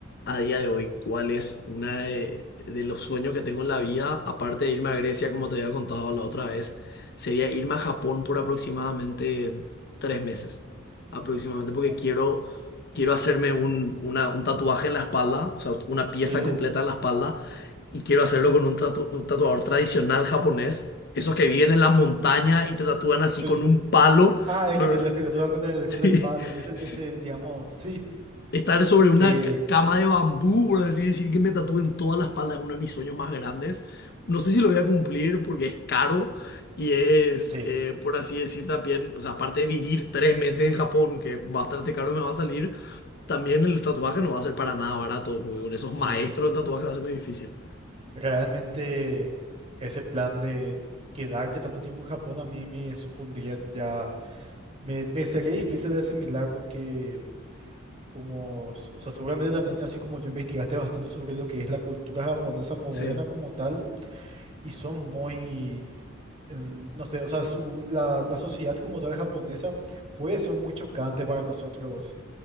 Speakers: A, on the left; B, on the right.
A: a día de hoy, cuál es una de, de los sueños que tengo en la vida, aparte de irme a Grecia, como te había contado la otra vez, sería irme a Japón por aproximadamente tres meses, aproximadamente, porque
B: Uh.
A: quiero, quiero hacerme un, una- un tatuaje en la espalda, o sea, una
B: Sí,
A: pieza completa en la espalda, y quiero hacerlo con un tatu- un tatuador tradicional japonés. Esos que viven en la montaña y te tatúan así
B: sí.
A: con un palo
B: Ah,
A: <laughs>
B: el
A: ¿verdad?
B: que te, los que te tocan con el,
A: Sí,
B: con el palo. Ese,
A: sí.
B: ese, digamos, sí,
A: Estar sobre una
B: que
A: ca- cama de bambú, por así decir, que me tatúen toda la espalda es uno de mis sueños más grandes. No sé si lo voy a cumplir porque es caro y es,
B: sí,
A: eh, por así decir, también, o sea, aparte de vivir tres meses en Japón, que bastante caro me va a salir, también el tatuaje no va a ser para nada barato, porque con esos
B: sí.
A: maestros el tatuaje va a ser muy difícil.
B: Realmente ese plan de quedarte tanto tiempo en Japón a mí me supondría ya, me, me sería difícil de asimilar porque como, s- o sea, seguramente también así como yo investigaste bastante sobre lo que es la cultura japonesa moderna
A: Sí.
B: como tal y son muy en- no sé, o sea, su, la, la sociedad como tal japonesa puede ser muy chocante para nosotros